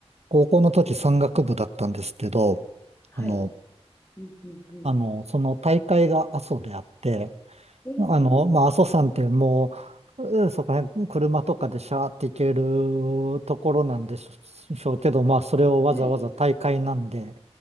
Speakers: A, on the right (about 75°); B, on the left (about 20°).
A: 高校の時山岳部だったんですけど、
B: はい。
A: あの、
B: うん。うん。うん。
A: あの、その大会が阿蘇であって、
B: ええ
A: あの、まあ、阿蘇山ってもう、うんそこら辺車とかでシャーって行けるところなんでしょうけど、まあ、それをわざわざ大会なんで、
B: はい。